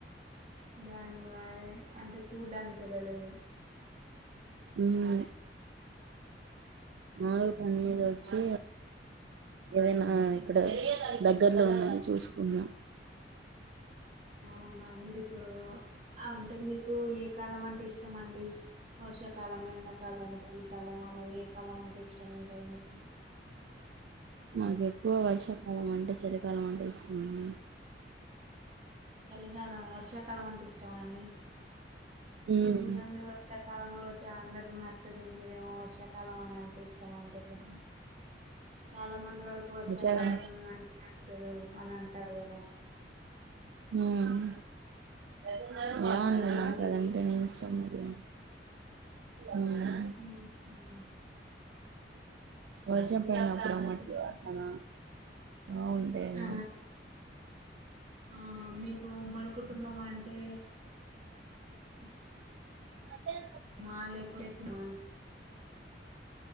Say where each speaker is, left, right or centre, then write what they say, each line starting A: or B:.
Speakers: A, on the right; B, on the right.
A: బెంగళూరు అ అంటే చూడ్డానికి వెళ్ళలేదు
B: హమ్ నాలుగు పని
A: ఉమ్.
B: మీద వచ్చి ఏదైనా ఇక్కడ దగ్గర్లో ఉన్న చూసకుందాం
A: అవునా మీరు ఈ ప ఇప్పుడు ఆ ఉంటది మీకు ఏ కాలం అంటె ఇష్టంమండి వర్షాకాలం ఎండకాలం చ కాలాల్లో ఏ కాలం అంటే ఇష్టం ఉంటది మీకు.
B: నాకు ఎక్కువ వర్షాకాలం అంటే చలికాలం అంటే ఇష్టమండి
A: చలికాలం వర్షాకాలం అంటే ఇష్టం అండి
B: ఉమ్
A: ఎందుకండి వర్షా కా కాలంలో అందరుూ నచ్చదు మీరేమో వర్షాకాలం అని అంటే ఇష్టం అంటారు చాలా మంది వరకు వర్షాకాలం
B: నిజమే.
A: అంటే నచ్చదు అని అంట అంటారు కద
B: హమ్ ఏమో
A: మీరేంది
B: అండి నాకు అదంటే నే ఇష్టం మరి ఉమ్
A: హమ్
B: వర్షం ప్పుడు
A: ఇంకా
B: మట్టి వాసన ఆ ఉంటాయిమ
A: ఆ ఆ మీకుఉమ్మడి కుటుంబం అంటే అ
B: అదే
A: మా లేకుడెచ్చ మా